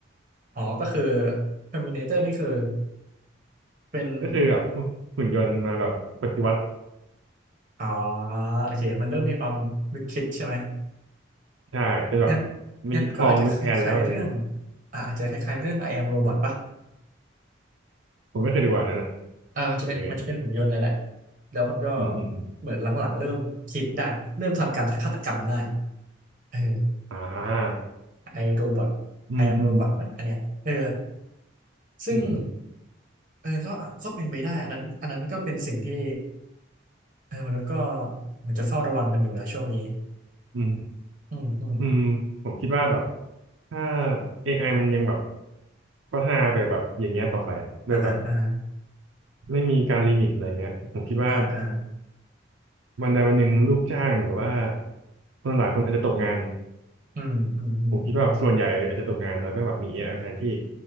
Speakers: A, on the right; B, on the right.
A: อ๋อก็คือ Terminator นี่คือเป็น
B: ก็คือแบบหุ่นหุ่นยนต์มาแบบปฏิวัติ
A: อ๋อโอเคมันเริ่มมีความนึกคิดใช่ไหม
B: ใช่จนแบบ
A: งั้น
B: มันยึดครองมนุษย์แทนแล้วอะไรเงี้ย
A: งั้นก็อาจจะคล้ายๆเรื่องอ่าอาจจะคล้ายๆเรื่อง I am Robot ปะ
B: ผมไม่เคยดูอันนั้นอ่ะ
A: อ่ามันจะเป็นมันจะเป็นหุ่นยนต์นั่นแหละ
B: เป็นไง
A: แล้วมันก็
B: อืมอืมอืม
A: เหมือนหลังๆเริ่มคิดได้เริ่มทำการฆาตกรรมได้เออ
B: อ่า
A: ไอโรบอทไอแอมโรบอทไหมอันเนี้ยเออ
B: อืมอืม
A: ซึ่ง
B: อืมอืม
A: เออก็ก็เป็นไปได้อันนั้นอันนั้นก็เป็นสิ่งที่เออมนุษย์ก็เหมือนจะเฝ้าระวังกันอยู่นะช่วงนี้
B: อืม
A: อืมอืม
B: อืมผมคิดว่าแบบถ้า AI มันยังแบบพัฒนาไปแบบอย่างเงี้ยต่อไปอะโดยแบบ
A: อ่าฮะอ่าฮะ
B: ไม่มีการลิมิตอะไรเงี้ยผมคิดว่า
A: อ่าอ่า
B: วันใดวันหนึ่งลูกจ้างหรือว่าคนหลายคนอาจจะตกงาน
A: อืมอืมอืมอืม
B: ผมคิดว่าส่วนใหญ่อาจจะตกงานแล้วก็แบบมี AI แทนที่